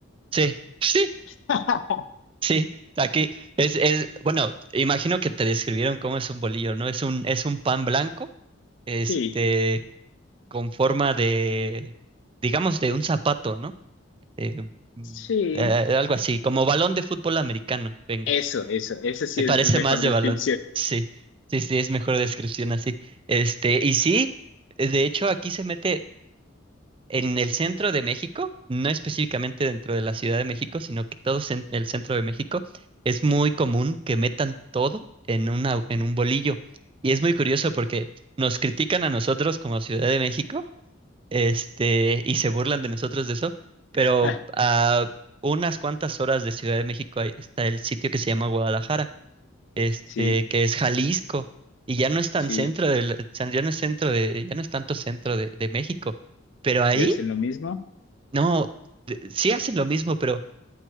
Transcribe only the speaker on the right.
sí, sí.
Sí, aquí es, es, bueno, imagino que te describieron cómo es un bolillo, ¿no? Es un, es un pan blanco, este,
con forma de, digamos, de un zapato, ¿no? Eh, mm,
eh, algo así, como balón de fútbol americano, venga,
me parece
más de
balón, sí, sí, sí, es mejor descripción así. Este, y sí, eh, de hecho aquí se mete, en el centro de México, no específicamente dentro de la Ciudad de México, sino que todo cen- el centro de México, es muy común que metan todo en una, en un bolillo. Y es muy curioso porque nos critican a nosotros como Ciudad de México, este, y se burlan de nosotros de eso, pero
a unas cuantas horas de Ciudad de México ahí está el sitio que se llama Guadalajara, este,
que es Jalisco, y ya no es tan
centro del, ya no es centro de, ya no es tanto centro de de México, pero ahí
no, de- sí hacen lo mismo, pero